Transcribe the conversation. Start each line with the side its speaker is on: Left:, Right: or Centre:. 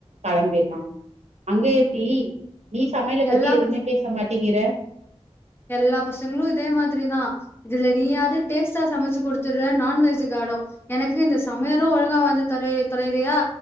Right: கெளம்பி ட்டா அங்க எப்டி நீ சமையல பத்தி
Left: எல்லா
Right: எதுவுமே பேச மாட்டேங்கிற
Left: எல்லா பசங்களு இதே மாதிரி தா இதுல நீயாது டேஸ்டா சமச்சு குடுத்துடுற நான்வெஜுகா <unintelligible> எனக்கு இந்த சமையலு ஒழுங்கா வந்து தொலே தொலையிலயா